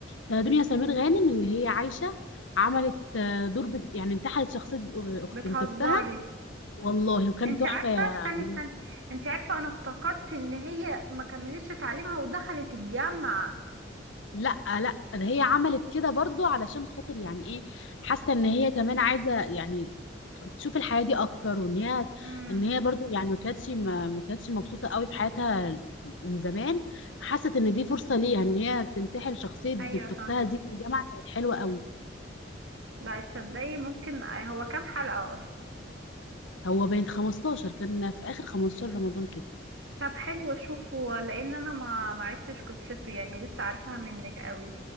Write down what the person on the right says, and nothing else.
بتهزري
انت
عارفة
استني استني انت عارفة انا افتكرت ان هي ما كملتش تعليمها ودخلت الجامعة
امم
ايوه فاهمة
لا تصدقي ممكن هو كام حلقة
طب حلو اشوفه لان انا ما معرفتش قصته يعني لسه عارفاها منك قوي